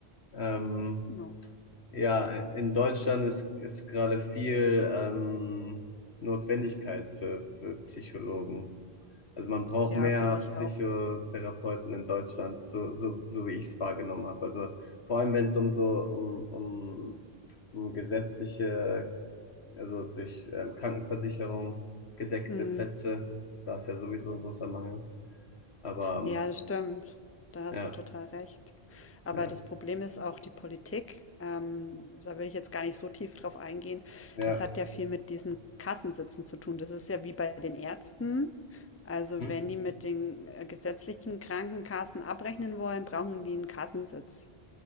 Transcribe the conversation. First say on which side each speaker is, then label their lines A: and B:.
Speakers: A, on the left; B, on the left.
A: Ähm.
B: genau.
A: Ja, in Deutschland ist, ist gerade viel ähm, Notwendigkeit für, für Psychologen. Also man braucht
B: Ja,
A: mehr
B: finde ich
A: Psychotherapeuten
B: auch.
A: in Deutschland, so, so, so wie ich es wahrgenommen habe. Also vor allem, wenn es um so um, um, um gesetzliche, also durch ähm, Krankenversicherung gedeckte
B: Hm.
A: Plätze, da ist ja sowieso ein großer Mangel. Aber ähm,
B: Ja, das stimmt. Da hast
A: ja,
B: du total recht. Aber
A: ja,
B: das Problem ist auch die Politik. Ähm, da will ich jetzt gar nicht so tief drauf eingehen.
A: ja,
B: Es hat ja viel mit diesen Kassensitzen zu tun. Das ist ja wie bei den Ärzten. Also
A: Mhm.
B: wenn die mit den äh, gesetzlichen Krankenkassen abrechnen wollen, brauchen die einen Kassensitz.